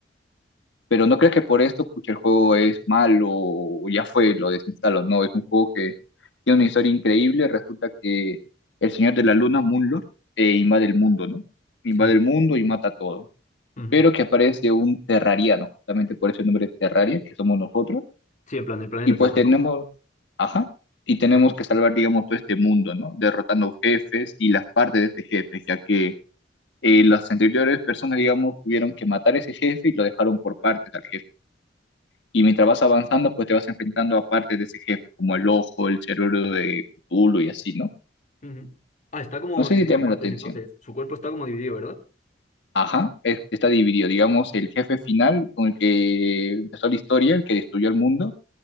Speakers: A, on the left; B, on the left.
A: Pero no creas que por esto, pucha, el juego es malo o ya fue, lo desinstalo. No, es un juego que tiene una historia increíble. Resulta que el Señor de la Luna, Moonlord, eh, invade el mundo, ¿no? Invade
B: sí.
A: el mundo y mata todo
B: Ujú.
A: pero que aparece un terrariano, justamente por ese nombre Terraria, que somos nosotros,
B: Sí, en plan del planeta
A: y pues
B: Tierra,
A: tenemos,
B: ¿no?
A: ajá, y tenemos
B: Sí.
A: que salvar, digamos, todo este mundo, ¿no? Derrotando jefes y las partes de este jefe, ya que eh, las anteriores personas, digamos, tuvieron que matar a ese jefe y lo dejaron por partes al jefe. Y mientras vas avanzando, pues te vas enfrentando a partes de ese jefe, como el ojo, el cerebro de Cthulhu y así, ¿no?
B: Ujú. Ah, está como
A: No sé
B: dividido
A: si te llama
B: en partes
A: la atención.
B: entonces. Su cuerpo está como dividido, ¿verdad?
A: Ajá, es- está dividido, digamos, el jefe final con el que empezó la historia, el que destruyó el mundo,